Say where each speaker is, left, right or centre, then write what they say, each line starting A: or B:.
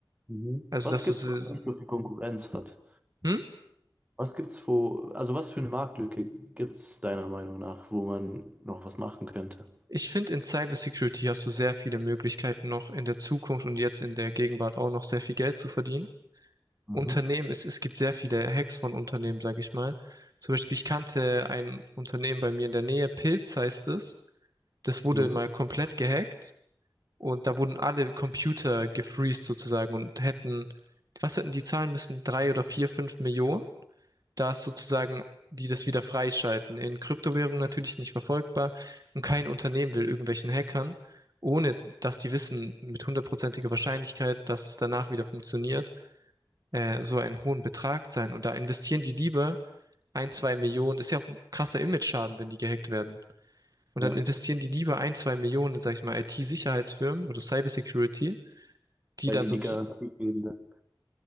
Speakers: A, on the right; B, on the right.
A: Mhm.
B: Also
A: Was
B: dass
A: gibt's,
B: du, se-
A: was nicht so viel Konkurrenz hat?
B: hm?
A: Was gibt's, wo, also was für eine Marktlücke gibt's deiner Meinung nach, wo man noch was machen könnte?
B: Ich finde, in Cybersecurity hast du sehr viele Möglichkeiten noch in der Zukunft und jetzt in der Gegenwart auch noch sehr viel Geld zu verdienen.
A: Mhm.
B: Unternehmen, es, es gibt sehr viele Hacks von Unternehmen, sage ich mal. Zum Beispiel, ich kannte ein Unternehmen bei mir in der Nähe, Pilz heißt es. Das wurde
A: Mhm.
B: mal komplett gehackt und da wurden alle Computer gefreezed sozusagen und hätten, was hätten die zahlen müssen? Drei oder vier, fünf Millionen, dass sozusagen die das wieder freischalten. In Kryptowährungen natürlich nicht verfolgbar und kein Unternehmen will irgendwelchen Hackern, ohne dass die wissen mit hundertprozentiger Wahrscheinlichkeit, dass es danach wieder funktioniert äh, so einen hohen Betrag sein. Und da investieren die lieber ein, zwei Millionen. Ist ja auch ein krasser Image-Schaden, wenn die gehackt werden. Und
A: Ja,
B: dann investieren die lieber ein, zwei Millionen, in, sag ich mal, IT-Sicherheitsfirmen oder Cybersecurity, die
A: weil
B: dann
A: die
B: so,
A: die Garantie geben dann.